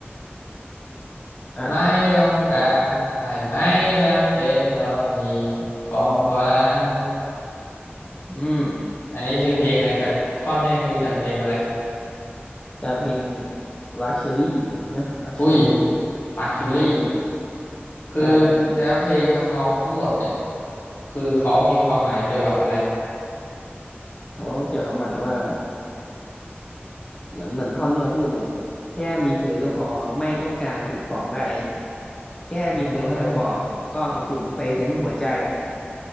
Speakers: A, on the left; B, on the left.
A: อ่ะ
B: ไม่ต้องการไอ้ไม่จำเป็นต้องมี
A: นี่
B: ของขวัญ
A: อืม
B: อันนี้คือเพลงอะไรจากท่อนเนี่ยคือจากเพลงอะไร
A: จากเพลง luxury นะ luxury
B: อุ้ยปากชูลี่คือ
A: ใช่เพื่อน
B: เนื้อเพลงทำนองทั้งหมดเนี่ยคือเขามีความหมายเกี่ยวกับอะไร
A: เขาเกี่ยวความหมายว่าเหมือนเหมือนท่อนเนี้ยพูดเลยแค่มีเธอก็พอไม่ต้องการสิ่งของใด แค่มีเธอคอยปลอบก็อบอุ่นไปทั้งหัวใจ
B: อืม